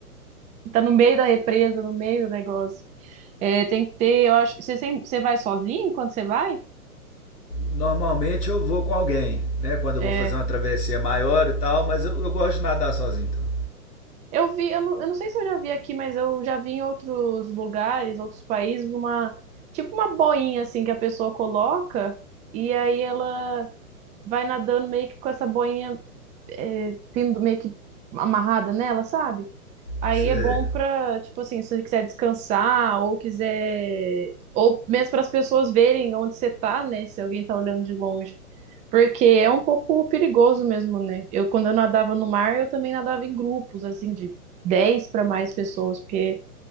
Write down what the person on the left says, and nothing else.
Normalmente eu vou com alguém, né? Quando
eu vou fazer uma travessia maior e tal, mas eu, eu gosto de nadar sozinho então.
Você...